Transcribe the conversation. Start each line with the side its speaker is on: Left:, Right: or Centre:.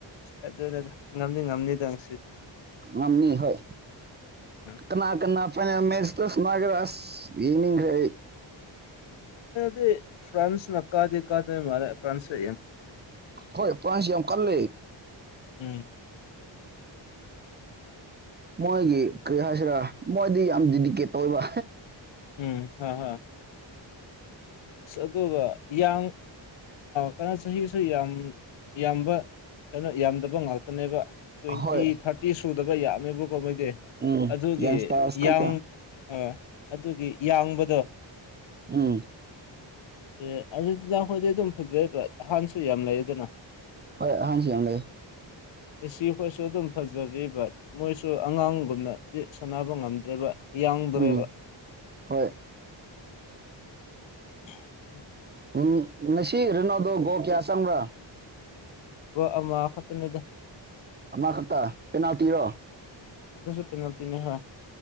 Left: ꯑꯗꯨ ꯑꯗꯨ ꯉꯝꯅꯤ ꯉꯝꯅꯤꯗꯪ
Right: ꯉꯝꯃꯤ ꯍꯣꯏ
Left: ꯎꯝ
Right: ꯀꯅꯥ ꯀꯅꯥ ꯐꯥꯏꯅꯜ ꯃꯦꯆ ꯇꯁ ꯃꯥꯒꯔꯥꯁ ꯏꯅꯤ ꯍ
Left: ꯗꯤ ꯐ꯭ꯔꯥꯟꯁ ꯅꯀꯥꯗꯥꯗ ꯃꯦ ꯐ꯭ꯔꯥꯟꯁ
Right: ꯍꯣꯏ ꯄꯁꯤ ꯌꯥꯝ ꯀꯜ ꯂꯩ
Left: ꯎꯝ
Right: ꯃꯣꯏꯒꯤ ꯀꯔꯤ ꯍꯥꯏꯁꯤꯔꯥ ꯃꯣꯏꯗꯤ ꯌꯥꯝ ꯗꯤꯀꯦꯠ ꯇꯧꯕ
Left: ꯎꯝ ꯍ ꯍ ꯑꯁ ꯑꯗꯨꯒ ꯌꯥꯝ ꯀꯩꯅꯣ ꯆꯍꯤꯁꯨ ꯌꯥꯝ ꯌꯥꯝꯕ ꯀꯩꯅꯣ ꯌꯥꯝꯗꯕ ꯉꯥꯛꯇꯅꯦꯕ ꯇ꯭ꯋꯦꯟꯇꯤ
Right: ꯍꯣꯏ
Left: ꯊꯥꯔꯇꯤ ꯁꯨꯗꯕ ꯌꯥꯝꯃꯦꯕ ꯀꯣ ꯃꯣꯏꯗꯤ
Right: ꯎꯝ
Left: ꯑꯗꯨꯒꯤ
Right: ꯌꯪꯁꯇꯥꯔꯁ ꯈꯛꯇ
Left: ꯌꯥꯡ ꯑꯥ ꯑꯗꯨꯒꯤ ꯌꯥꯡꯕꯗꯣ
Right: ꯎꯝ
Left: ꯑꯥꯔꯖꯦꯟꯇꯤꯅꯥ ꯈꯣꯏꯗꯤ ꯑꯗꯨꯝ ꯐꯖꯕ꯭ꯔ ꯑꯍꯥꯟꯕꯁꯨ ꯌꯥꯝ ꯂꯩꯌꯦꯗꯅ
Right: ꯍꯣꯏ ꯍꯖꯤ ꯑꯪꯒ
Left: ꯉꯁꯤ ꯑꯩꯈꯣꯏꯁꯨ ꯑꯗꯨꯝ ꯐꯖꯔꯤ ꯕꯠ ꯃꯣꯏꯁꯨ ꯑꯉꯥꯡꯒꯨꯝꯅꯗꯤ ꯁꯥꯟꯅꯕ ꯉꯝꯗ꯭ꯔꯦꯕ ꯏꯌꯥꯡ ꯗ꯭ꯔꯦꯕ
Right: ꯎꯝ ꯍꯣꯏ
Left: ꯎꯝ
Right: ꯎꯝ ꯃꯁꯤꯁꯤ ꯔꯔꯤꯅꯣꯗꯣ ꯣ ꯀꯌꯥꯁꯪ꯭ꯔꯥ
Left: ꯋꯥ ꯑꯃꯥꯈꯇꯅꯦꯗ
Right: ꯑꯃꯈꯛꯇ ꯄꯦꯅꯥꯜꯇꯤꯔꯣ
Left: ꯑꯗꯨꯁꯨ ꯄꯦꯅꯥꯜꯇꯤꯅꯦ ꯍꯣꯏ